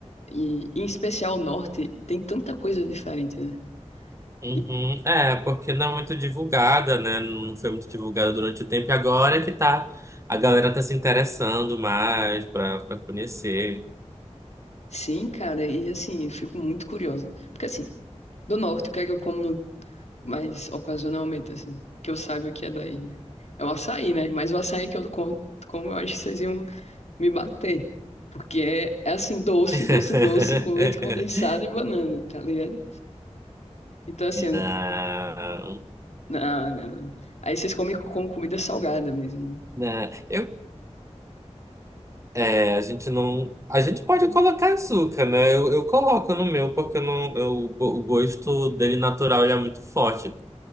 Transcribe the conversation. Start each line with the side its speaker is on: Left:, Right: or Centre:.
Left: e, em especial o norte, tem tanta coisa diferente, né?
Right: Uhum.
Left: E
Right: É, porque não é muito divulgada, né? Não foi muito divulgada durante o tempo. E agora é que tá. A galera tá se interessando mais pra, pra conhecer.
Left: Sim, cara, e assim, eu fico muito curiosa. Porque assim, do norte, o que é que eu como no- mais ocasionalmente, assim, que eu saiba que é daí, né? É o açaí, né? Mas o açaí que eu co- como, eu acho que vocês iam me bater. Porque é, é assim, doce,
Right: <laughs>
Left: doce, doce, com leite condensado e banana, tá ligado? Então, assim,
Right: Não,
Left: não, não. Aí vocês comem como comida salgada mesmo, né?
Right: não. Eu, é, a gente não. A gente pode colocar açúcar, né? Eu, eu coloco no meu, porque eu não, eu, o gosto dele natural ele é muito forte.